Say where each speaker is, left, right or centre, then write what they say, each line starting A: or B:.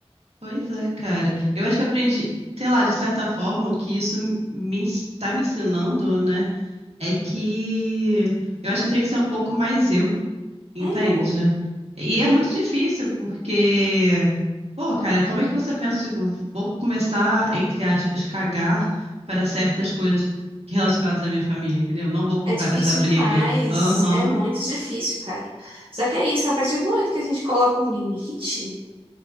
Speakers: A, on the right; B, on the right.
A: Pois é, cara. Eu acho que eu aprendi, sei lá, de certa forma, o que isso me ens- tá me ensinando, né? É que eu acho que eu tenho que ser um pouco mais eu, entende?
B: Uhum.
A: E é muito difícil, porque, pô, cara, como é que você pensa, tipo, vou começar, entre aspas, cagar para certas coisas relacionadas à minha família, entendeu? Não vou comprar
B: É difícil
A: essa briga.
B: demais,
A: Aham.
B: é muito difícil, cara. Só que é isso, a partir do momento que a gente coloca um limite